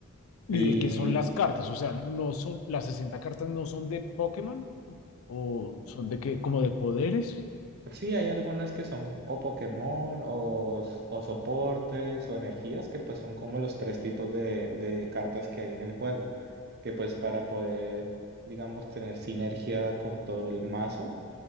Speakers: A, on the left; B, on the right.
A: ¿Y
B: Y
A: de qué son las cartas? O sea, no son, las 60 cartas no son de Pokémon o son de qué, como de poderes.
B: sí, hay algunas que son o Pokémon o, s- o soportes o energías que pues son como los tres tipos de, de cartas que hay en el juego, que pues para poder, digamos, tener sinergia con todo el mazo